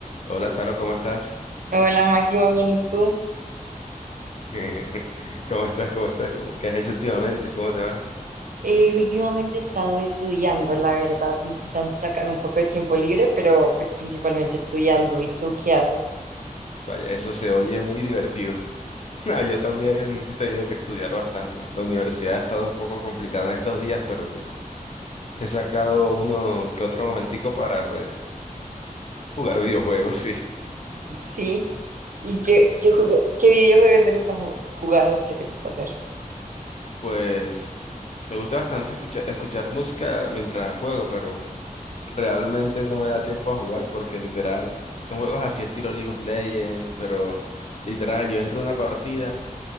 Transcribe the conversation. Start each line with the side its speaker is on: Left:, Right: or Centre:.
Left: Hola, Salo, ¿cómo estás?
Right: Hola Máximo, bien, ¿y tú?
Left: <laughs> ¿Cómo estás? ¿Cómo estás? ¿Cómo- ¿Qué has hecho últimamente? ¿Cómo te va?
Right: Eh, últimamente he estado estudiando, la verdad, intentando sacar un poco de tiempo libre, pero pues principalmente estudiando. ¿Y tú qué haces?
Left: Vaya, eso se oye muy divertido. <laughs> Nah, yo también he tenido que estudiar bastante. La universidad ha estado un poco complicada en estos días, pero pues he sacado uno que otro momentico para pues jugar videojuegos, <laughs> sí.
Right: Sí. ¿Y qué, qué, juego- qué videojuegos te gustan ju- jugar o qué te gusta hacer?
Left: Pues me gusta bastante escuchar, escuchar música mientras juego, pero realmente no me da tiempo a jugar porque literal son juegos así estilo League of Legends, pero literal yo entro a una partida.